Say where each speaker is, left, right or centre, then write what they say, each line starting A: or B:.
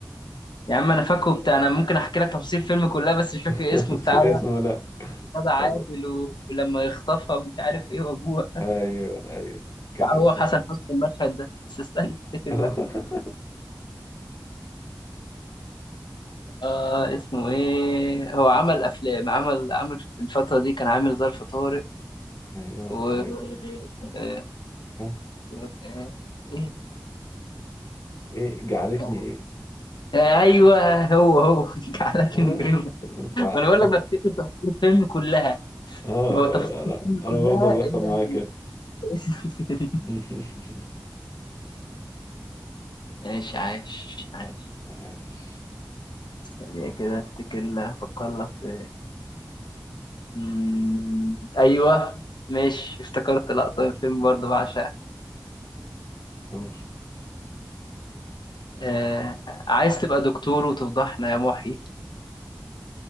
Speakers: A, on the left; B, on the left.
A: يا عم انا فاكره بتاع انا ممكن احكي لك تفاصيل الفيلم كلها بس مش فاكر
B: <laughs>
A: اسمه بتاع
B: اسمه لا
A: غادة عادل
B: طب
A: ولما يخطفها مش عارف ايه وابوها
B: ايوه ايوه كان
A: لا هو
B: اسمه
A: حسن حسني المشهد ده بس استنى افتكر
B: <laughs>
A: بقى آه اسمه ايه هو عمل افلام عمل عمل في الفترة دي كان عامل ظرف طارق
B: ايوه
A: و
B: ويك
A: آه،
B: ها
A: و- آه، ايه
B: ايه جعلتني
A: كان-
B: ايه
A: آه، ايوه هو هو <laughs> على
B: آه،
A: جريمة
B: صح
A: وانا بقول لك بفتكر تفاصيل الفيلم كلها
B: <laughs> اه
A: ما هو تفاصيل
B: لا
A: الفيلم
B: انا
A: كلها
B: برضه بيحصل
A: الا
B: معايا كده
A: اسم الفيلم
B: <laughs>
A: عاش عاش عاش
B: عاش.
A: <laughs> ثانية كده افتكر لها افكر لك في مم، ايوه ماشي افتكرت لقطة من الفيلم برضه بعشقها
B: أوه.
A: آه، عايز تبقى دكتور وتفضحنا يا محي